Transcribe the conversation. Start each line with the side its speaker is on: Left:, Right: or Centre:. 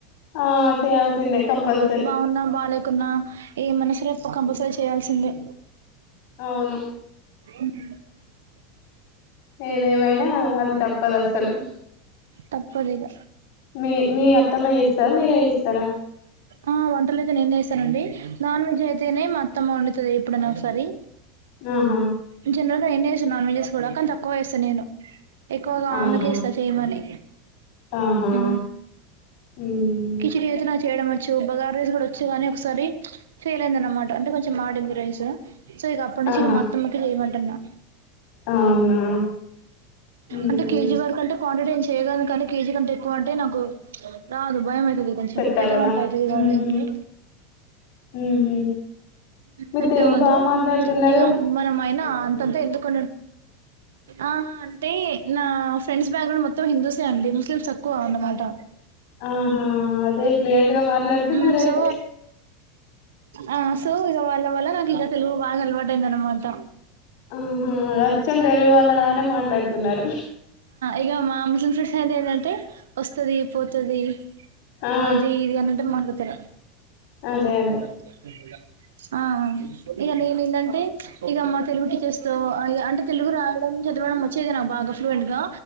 Left: ఆ చేయాల్సిందే కంపల్స్
Right: బావున్న బాలే కున్నా ఏం మనసురేపు కంపల్సరీ చేయాల్సిందే
Left: అవును
Right: అ <unintelligible>
Left: ఏదేమైనా అది తప్పదసలు
Right: తప్పదిగ
Left: మీ మీ అప్ అత్తమ్మ జేస్తాద మీరే ఏస్తారా
Right: ఆ వంటలు అయితే నేను చేస్తానండి, నాన్ వెజ్ అయితేనే మా అత్తమ్మ ఒండుతది ఎప్పుడైనా ఒకసారి.
Left: ఆహా
Right: ఆ <unintelligible> జనరల్ గా నేనే యేసు నాన్ వెజెస్ కూడా కానీ తక్కువ ఏస్తా నేను. ఎక్కువగా
Left: ఆహా
Right: ఆమెకి ఇస్తా చెయమని
Left: ఆహా
Right: ఊ
Left: మ్మ్
Right: కిచిడి ఐతేరా చేయడం ఒచ్చు బగార రైస్ గూడా ఒచ్చు కానీ ఒకసారి ఫెయిల్ అయింది అనమాట అంటే కొంచెం మాడింది రైసు సో ఇక అప్పటి నుంచి
Left: ఆహా
Right: ఇగ మా అత్తమ్మ కె ఏయమంటున్నా.
Left: అవునా మ్మ్
Right: అంటే కేజీ వరకు అంటే కాంటిటీ ఎంచ్ చేయగలను కానీ కేజీ కంటె ఎక్కువ అంటే నాకు రాదు వని ఇగ కొంచం
Left: సెట్
Right: పెద
Left: అవ్వదా
Right: గొంటే ఐపోవు గదండీ
Left: మ్మ్ మ్మ్ మీరు
Right: కొత్తవద్దు
Left: తెలుగు బాగా మాట్లాడుతున్నారు
Right: ఇగ మనం మైన్ ఆ అంతంతే ఎందుకు అని ఆ అంటే నా ఫ్రెండ్స్ బ్యాగ్రౌండ్ మొత్తం హిందూసే అండి ముస్లిమ్స్ తక్కువ అన్నమాట
Left: ఆహా అదే ఫ్లూయెంట్ గా మాట్లాడుతున్న
Right: మ్మ్
Left: అయితే
Right: సో ఆ సో ఇగ వాళ్ళ వళ్ల నాకు ఇక తెలుగు బాగా అలవాట అయింది అన్నమాట.
Left: ఆహ అచ్చం డెవద్ అలానే మాట్లాడుతున్నారు.
Right: ఇగ మా ముస్లిం సైడ్ ఏదంటే వస్తది పోతది.
Left: ఆ
Right: అదే ఇది అన్నటు మ త్ర
Left: అదే
Right: బ
Left: అదే
Right: <unintelligible> ఆ ఇగ నేను ఏందంటే ఇగ మా తెలుగు టీచర్స్తో ఆ ఇగ తెలుగు రావు రం చదవడం వచ్చేది నాకు బాగా ఫ్లూయేంట్గా.